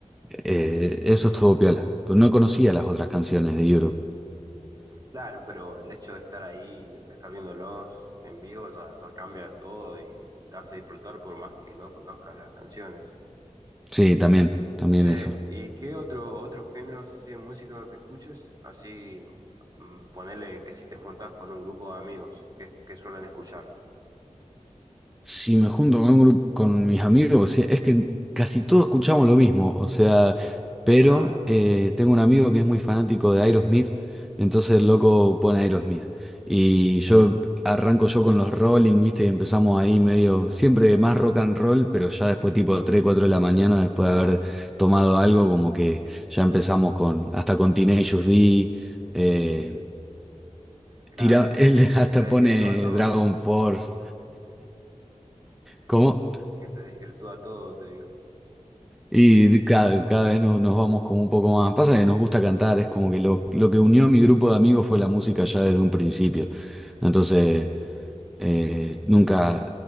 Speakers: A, in the centre; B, on the right (about 35°).
A: eh, eso estuvo piola. Pero no conocía las otras canciones de Europe.
B: Claro, pero el hecho de estar ahí, estar viéndolos en vivo, ya, ya cambia todo y, y te hace disfrutar por más que no conozcas las canciones.
A: Sí, también, también
B: Che,
A: eso.
B: ¿y qué otro, otros géneros así de música que escuches? Así, mm, ponele que si te juntás con un grupo de amigos, ¿qué, qué suelen escuchar?
A: Si me junto con un grupo, con mis amigos, sí, es que casi todos escuchamos lo mismo, o sea, pero
B: Claro,
A: eh, tengo un amigo que es muy fanático de Aerosmith, entonces el loco pone Aerosmith. Y yo arranco yo con los Rolling, ¿viste? Y empezamos ahí medio, siempre más rock and roll, pero ya después tipo 3 4 de la mañana, después de haber tomado algo, como que ya empezamos con, hasta con Teenage Us D, eh,
B: claro.
A: tira, <laughs> él hasta
B: Se desvirtúa
A: pone
B: todo,
A: Dragon Force, ¿cómo?
B: que se desvirtúa todo, te digo.
A: Y de- cada, cada vez nos, nos vamos como un poco más. Pasa que nos gusta cantar, es como que lo, lo que unió a mi grupo de amigos fue la música ya desde un principio. Entonces, eh, nunca,